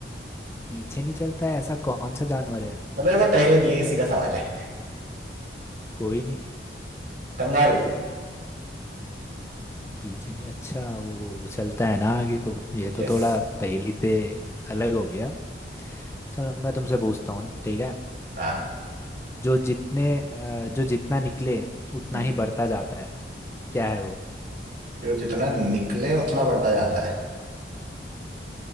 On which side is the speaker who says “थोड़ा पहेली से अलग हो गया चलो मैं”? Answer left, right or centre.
Left